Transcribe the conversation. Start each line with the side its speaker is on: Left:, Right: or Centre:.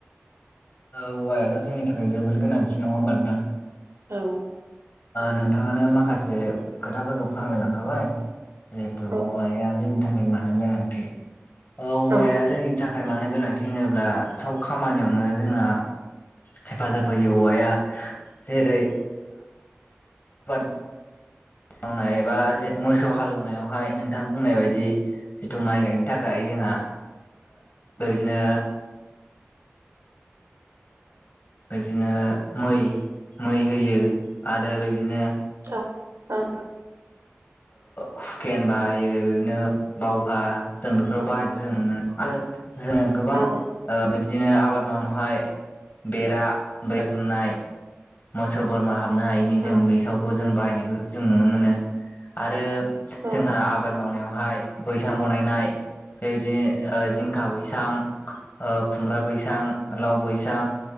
Left: हौवायाथ' जोंनि थाखाय जोबोद गोनांथि नङा होमबा नोंथां?
Right: औ।
Left: नोंथाङानो माखासे खोथाफोरखौ फोरमायलांखाबाय जिहेतु
Right: औ
Left: औवाया जोंनि थाखाय मानो गोनांथि औवाया
Right: औ
Left: जोंनि नि थाखाय मानो गोनांथि होनोब्ला सब खामानियावनो जोंहा हेफाजाब होयो औवाया जेरै आबाद मावनाय एबा जे मोसौ हालौवनायावहाय नोंथां बुंनाय बायदि जिथु माइ गायनो थाखाय जोंहा बेदिनो बिदिनो मै मै होयो आरो बेबायदिनो
Right: औ औ।
Left: खुकेन बाहायो बिदिनो बावखा जों बेफोराव बाहायनायखौ जों नुनो मोनो आरो जोङो गोबां
Right: औ
Left: बिबदिनो आबाद मावनायावहाय बेरा बेराद दुमनाय मोसौ बोरमा हाबनो हायैनि जों
Right: औ
Left: बेावबो जों बाहायनायखौ जों नुनो मोनो आरो।
Right: औ
Left: जोंहा आबाद मावनायावहाय बैसां बनायनाय बेबायदिनो जिंखा बैसां खुमब्रा बैसां लाव बैसां